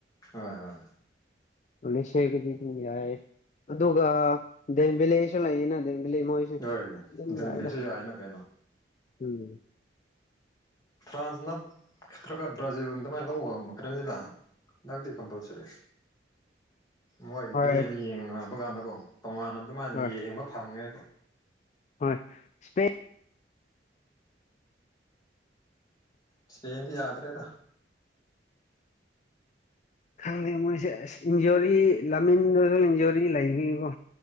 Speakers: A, on the left (about 20°); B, on the left (about 40°).
A: ꯍꯣꯏ ꯍꯣꯏ
B: ꯀꯗꯤ ꯌꯥꯏ ꯑꯗꯨꯒ ꯗꯕꯤꯂꯦꯁ ꯂꯩꯅ ꯂꯩ ꯃꯣꯏꯁꯦ
A: ꯍꯣꯏ
B: ꯑꯗꯨꯝ
A: ꯗꯤꯝꯂꯦꯁꯨ
B: ꯌꯥꯏꯗ
A: ꯌꯥꯏꯅ ꯀꯩꯅꯣ
B: ꯎꯝ
A: ꯐ꯭ꯔꯥꯟꯁ ꯅ ꯅꯠꯇ꯭ꯔꯒ ꯕ꯭ꯔꯥꯖꯤꯜꯅ ꯑꯗꯨꯃꯥꯏꯅ ꯂꯧꯕ ꯈꯔꯅꯤꯗ ꯍꯟꯗꯛꯇꯤ ꯀꯝꯄꯜꯁꯔꯤ ꯃꯣꯏꯒꯤ
B: ꯍꯣꯏ
A: ꯄ꯭ꯂꯦꯗ ꯌꯦꯡꯉꯕ ꯀꯥꯟꯗꯀꯣ ꯇꯣꯉꯥꯟꯅ ꯑꯗꯨꯃꯥꯏꯅ
B: ꯍꯣꯏ
A: ꯌꯦꯡꯕ ꯐꯪꯉꯦꯕ
B: ꯍꯣꯏ ꯁꯄꯦ
A: ꯏꯁꯄꯦꯟꯗꯤ ꯌꯥꯗ꯭ꯔꯦꯗ
B: ꯈꯪꯗꯦ ꯃꯣꯏꯁꯦ ꯑꯁ ꯏꯟꯖꯣꯔꯤ ꯂꯝꯃꯤꯟꯗꯁꯨ ꯏꯟꯖꯣꯔꯤ ꯂꯩꯕꯤꯀꯣ